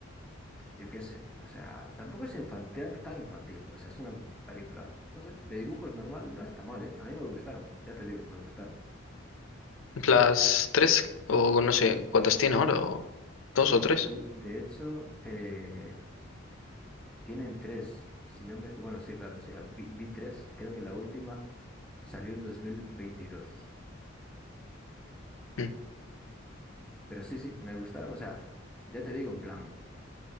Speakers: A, in the centre; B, on the left.
A: yo qué sé, o sea, tampoco es infantil, tan infantil, o sea, es una película, no sé, de dibujos normal, no está mal, ¿eh? A mí me gustaron, ya te digo, me gustaron.
B: Las tres, o no sé cuántas tiene ahora, o dos o tres.
A: Y de hecho, eh, tienen tres, si no me, bueno, sí, claro, o sea, vi, vi tres, creo que la última salió en 2022,
B: Mm.
A: pero sí, sí, me gustaron, o sea, ya te digo, en plan,